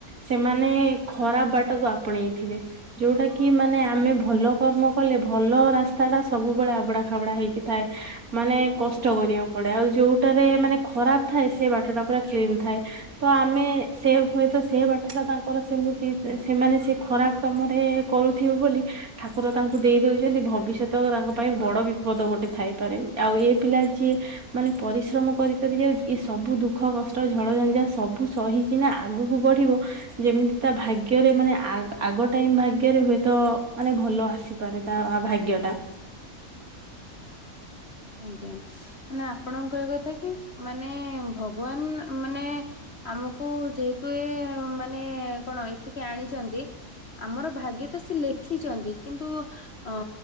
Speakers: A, on the right; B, on the left.
A: ସେମାନେ ଖରାପ ବାଟ ଆପଣେଇଥିବେ ଯୋଉଟା କି ମାନେ ଆମେ ଭଲ କର୍ମ କଲେ ଭଲ ରାସ୍ତା ଟା ସବୁବେଳେ ଆବଡା ଖାବଡା ହେଇକିଥାଏ ମାନେ କ କଷ୍ଟ କରିବାକୁ ପଡେ ଆଉ ଯୋଉଟାରେ ମାନେ ଖରାପ ଥାଏ ସେ ବାଟଟା ପୁରା କ୍ଲିନ ଥାଏ ତ ଆମେ ସେ ହୁଏତ ସେ ବାଟଟା ତାଙ୍କର ସେମିତି ସେମାନେ ସେ ଖରାପ କାମରେ କରୁଥିବେ ବୋଲି ଠାକୁର ତାଙ୍କୁ ଦେଇଦଉଛନ୍ତି ଭବିଷ୍ୟତ ତାଙ୍କ ପାଇଁ ବଡ ବିପଦ ଗୋଟେ ଥାଇପାରେ ଆଉ ଏ ପିଲା ଯିଏ ମାନେ ପରିଶ୍ରମ କରି କରି ଯାଉ ସବୁ ଦୁଃଖ କଷ୍ଟ ଝଡଝଞ୍ଝା ସବୁ ସହିକିନା ଆଗକୁ ବଢିବ ଯେମିତି ତା ଭାଗ୍ୟରେ ମାନେ ଆଗ ଟାଇମ ଭାଗରେ ହୁଏ ତ ମାନେ ଭଲ ଆସିପାରେ ତା ଭାଗ୍ୟଟା।
B: ଆଜ୍ଞା ମାନେ ଆପଣଙ୍କହ କଥା କି ମାନେ ଭଗବାନ ମାନେ ଆମକୁ ଯେହେତୁ ମାନେ କଣ ଏଠିକି ଆଣିଛନ୍ତି ଆମର ଭାଗ୍ୟ ତ ସେ ଲେଖିଛନ୍ତି କିନ୍ତୁ ଅ